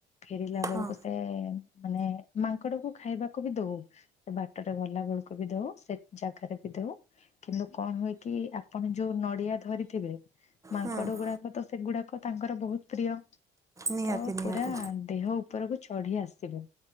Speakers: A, on the left; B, on the right.
A: ଫେରିଲା ବେଳକୁ
B: ହଁ
A: ସେ ମାନେ ମାଙ୍କଡ କୁ ଖାଇବାକୁ ବି ଦଉ। ସେ ବାଟରେ ଗଲା ବେଳକୁ ବି ଦଉ ସେ ଜାଗାରେ ବି ଦଉ। କିନ୍ତୁ କଣ ହୁଏ କି ଆପଣ ଯୋଉ ନଡିଆ ଧରିଥିବେ। ମାଙ୍କଡ
B: ହୁଁ
A: ଗୁଡାକ ତ ସେଗୁଡାକ ତାଙ୍କର ବୋହୁତ ପ୍ରିୟ
B: ନିହାତି
A: ତ
B: ନିହାତି
A: ପୁରା। ଦେହ ଉପରକୁ ଚଢି ଆସିବ